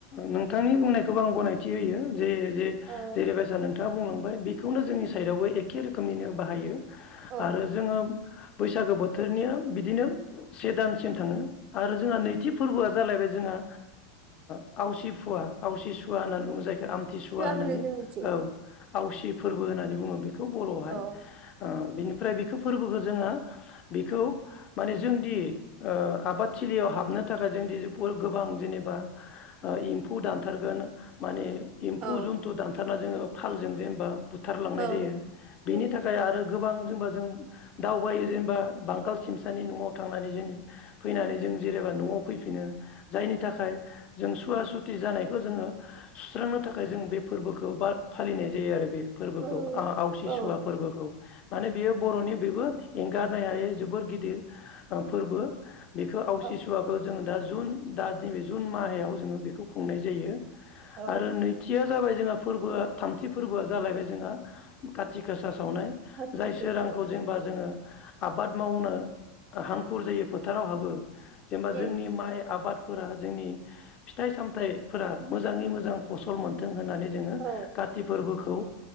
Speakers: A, on the left (about 35°); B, on the right (about 35°).
A: नोंथांनि बुंनायखौबो आं गनायथि होयो जे जे-जेरैबायसा
B: औ
A: नों खोथा बुंलांबाय बेखौनो जोंनि साइडावबो एखे रोखोमनिनो बाहायो।
B: औ
A: आरो जोङो बैसागो बोथोरनिया बिदिनो से दानसिम थाङो आरो जोंहा नैथि फोरबोआ जालायबाय जोंहा ओ आवसि फुवा आवसि सुवा होननानै जों जायखौ आमथिसुवा होननानै
B: होनो जोंनिथिं
A: औ आवसि फोरबो होननानै बुङो बेखौ। बर'आवहाय
B: अ
A: बिनिफ्राय बेखौ फोरबोखौ जोंहा बेखौ माने जोंदि ओ आबादथिलियाव हाबनो थाखाय जोंदि गोबां जेनेबा ओ एम्फौ दानथारगोन माने एम्फु
B: औ
A: जुनथु दानथार जोङो फालजों जेनेबा बुथारलांनाय
B: औ
A: जायो। बेनि
B: औ
A: थाखाय आरो गोबां जेनेबा जों दावबायो जेनेबा बांगाल सिमसानि नयाव थांनानै जों फैनानै जों जेनेबा नयाव फैफिनो जायनि थाखाय जों सुवा सुथि जानायखौ जोङो सुस्रांनो थाखाय जों बे फोरबोखौ बा फालिनाय जायो आरो। बे फोरबोखौ
B: औ
A: आवसि
B: औ
A: सुवा फोरबोखौ माने बेयो बर'नि बेबो एंगारनो हायै जोबोर गिदिर ओ फोरबो। बेखौ आवसि
B: औ
A: सुवाखौ जोंङो दा जुन दा नैबे जुन माहायाव जोङो बेखौ खुंनाय जायो।
B: औ
A: आरो नैथिया जाबाय जोंहा फोरबोआ थामथि फोरबो जालायबाय जोंहा काति गासा सा सावनाय।
B: खाथि
A: जाय
B: फोरबो
A: सोरांखौ जेनेबा जोङो आबाद मावनो हांखुर जायो फोथाराव हाबो। जेनेबा
B: उम
A: जोंनि माइ आबाद फोरा जोंनि फिथाइ सामथाइफोरा मोजाङै मोजां फसल मोन्थों होननानै जोङो
B: औ
A: काथि फोरबो खौ